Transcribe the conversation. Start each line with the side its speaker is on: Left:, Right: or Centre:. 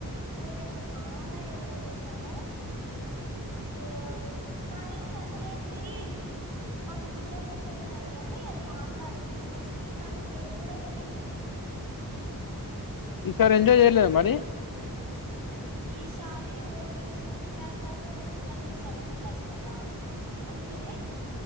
Right: మేమైతే చానా ఎంజాయ్ చేసాము ఓ కానీ అసలే ఏంది మాకు డిన్నర్ పెట్టిన్నారు కాగానీ అది మాకు కాదు టీచర్స్ కి కానీ మేము కూడా వెళ్లి తిన్నాము
Left: ఈ సార్ ఎంజాయ్ చేయలేద మరి
Right: ఈసారి ఓన్లీ సిక్స్త్ క్లాస్ వరకే ఉంది కానీ నేను సెవెంత్ క్లాస్ కదా అందుకనే